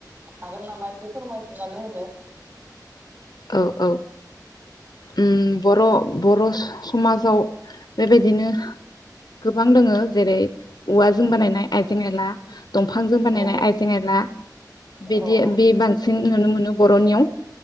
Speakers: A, on the right; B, on the left.
A: हागोन नामा एसे फोरमायथिनानै होदो
B: औ औ उम बर' बर' समाजाव बेबायदिनो गोबां दोङ जेरै औवा जों बानायनाय <unintelligible> ला दंफांजों
A: औ
B: बानायनाय आइजें आयला बिदि
A: औ औ
B: बे बांसिन नुनो मोनो बर'नियाव